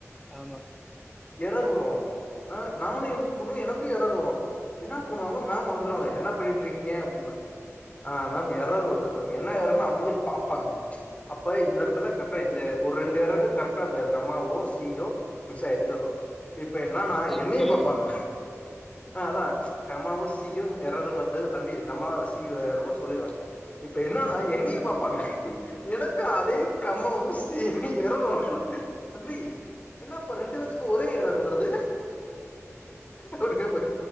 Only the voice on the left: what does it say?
எரர் வரு ஆ நானுன்ற ஒன்னு எனக்கு எரர் வரு என்னா பண்ணுவாங்க மேம் வந்துர்வாங்க என்ன பன்னீட்ருக்கீங்க அப்டிம்பா ஆ மேம் எறர் வருது பாத்திங்கனா மேம் என்னா எறன்ன அவுங்ளே பாப்பாங்க அப்ப இந்த எடத்துல கரெக்டா இந்த ஒரு ரெண்டு எரர்ரூ கரெக்டா அந்த கமாவோ சீயோ மிஸ் ஆயிருக்கு அதா இப்ப என்னன்னா
என்னையு
பாப்பாங்க ஆ அதா கமாவு சீயு எறரூ வருது தம்பி இது கமா சீ வரூ சொல்றாங்க இப்ப என்னன்னா என்னையு பாப்பாங்க எனக்கு அதே கம்மாவூ சி யூ எறர் வரு தம்பி என்னப்பா ரெண்டு பேத்துக்கு ஒரே ஏறர் வருது அப்டிகேப்பாரு